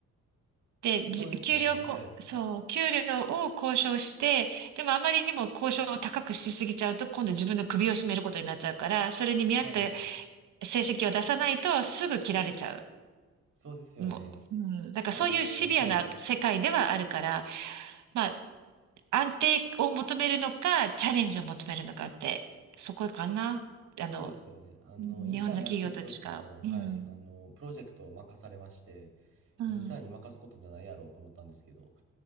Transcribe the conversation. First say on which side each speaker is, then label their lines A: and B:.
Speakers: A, on the right; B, on the right.
A: で、じ給料こ、
B: そうですよね。はい。
A: そう、給料を交渉して、でもあまりにも交渉を高くしすぎちゃうと、今度自分の首を絞めることになっちゃうから、それに見合った
B: はい。
A: 成績を出さないとすぐ切られちゃう。
B: そうですよね。
A: もう、うん、だからそういうシビアな世界ではあるから、
B: あの、はい。
A: まあ、安定を求めるのか、チャレンジを求めるのかって、そこかな。
B: そうですよね。
A: あの、
B: あの、
A: 日本の企業と違う。
B: インターンやってる時も、はい。
A: うん。
B: あの、プロジェクトを任されまして、
A: うん。
B: インターンに任すことじゃないやろうと思ったんですけど、